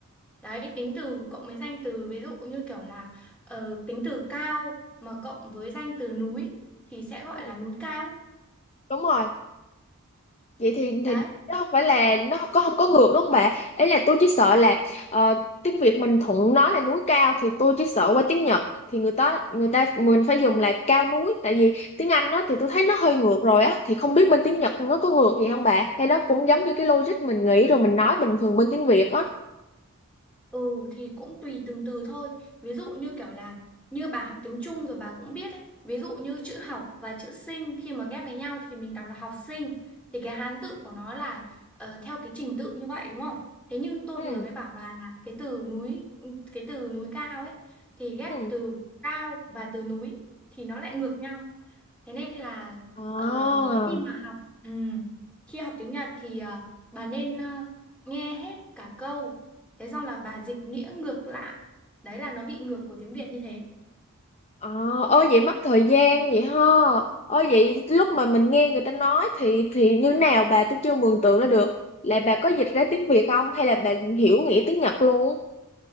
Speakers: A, in the centre; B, on the left (about 30°).
A: Đấy, tính từ cộng mấy danh từ ví dụ như kiểu là ờ, tính từ cao mà cộng với danh từ núi thì sẽ gọi
B: Ừ.
A: là núi cao.
B: đúng rồi vậy thì
A: Đấy.
B: thì nó không phải là nó không có không có ngược đúng không bà ấy là tôi chỉ sợ là ờ, tiếng Việt mình thuận nói là núi cao thì tôi chỉ sợ qua tiếng Nhật thì người ta người ta mình phải dùng là cao núi tại vì tiếng Anh nó thì tôi thấy nó hơi ngược rồi á thì không biết bên tiếng Nhật nó có ngược gì không bà hay nó cũng giống như cái logic mình nghĩ rồi mình nói bình thường bên tiếng Việt á
A: Ừ thì cũng tùy từng từ thôi. Ví dụ như kiểu là như bà học tiếng Trung rồi bà cũng biết ấy. Ví dụ như chữ học và chữ sinh khi mà ghép với nhau thì mình đọc là học sinh. Thì cái Hán tự của nó là ờ, theo cái trình tự như vậy đúng không? Thế nhưng tôi
B: ừ
A: vừa mới bảo bà là cái từ núi cái từ núi cao ấy thì ghép
B: ừ
A: từ cao và từ núi thì nó lại ngược nhau. Thế nên là
B: Ờ.
A: ờ, khi mà học ừ, khi học tiếng Nhật thì ờ, bà nên ờ, nghe hết cả câu. Thế xong là bà dịch nghĩa ngược lại. Đấy là nó bị ngược của tiếng Việt như thế.
B: Ờ, ôi vậy mất thời gian vậy ha. Ôi vậy lúc mà mình nghe người ta nói thì thì như nào bà tôi chưa mường tượng ra được. Là bà có dịch ra tiếng Việt không hay là bà hiểu nghĩa tiếng Nhật luôn?